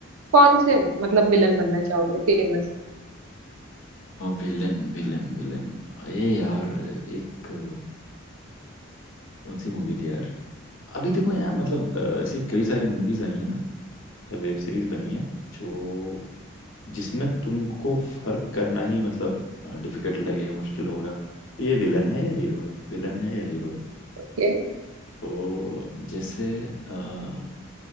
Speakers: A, on the right (about 80°); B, on the left (about 70°).
A: कौन से मतलब विलन बनना चाहोगे फेमस
B: Villain villain villain ए यार एक कौन सी मूवी थी यार अभी देखो यार मतलब अ, ऐसी कई सारी मूवीज आई है ना या वेब सीरीज बनी है जो जिसमें तुमको फर्क करना ही मतलब डिफिकल्ट लगेगा मुश्किल होगा ये विलन है या हीरो है विलन है या हीरो है
A: के
B: तो जैसे अ,